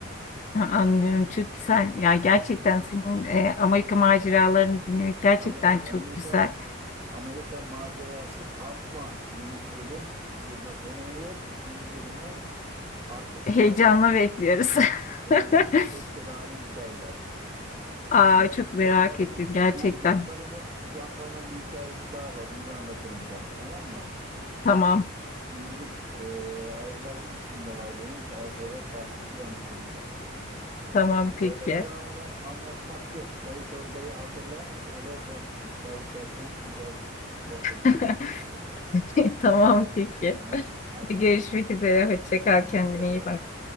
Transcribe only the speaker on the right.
Allah
Amerika
Amerika macerası Part 1. Birinci bölüm burada sona eriyor. İkinci bölüme arkası
yarın.
Heyecanla
beklediğine hikayeler var.
Yine de
Ugandalı'nın
bu Ugandalı'nın Ugandalı'nın bir hikayesi daha var. Onu da anlatırım sana tamam mı?
Şimdilik e, ayrılalım. İşim de var benim. Daha sonra Part 2'yi anlatırım sana.
Böyle
bedavadan anlatmak yok. Çayı çorbayı hazırla. Öyle soh çay içerken güzel sohbet
edelim.
Tamam. Hadi
görüşürüz.
Hadi
bay
bay.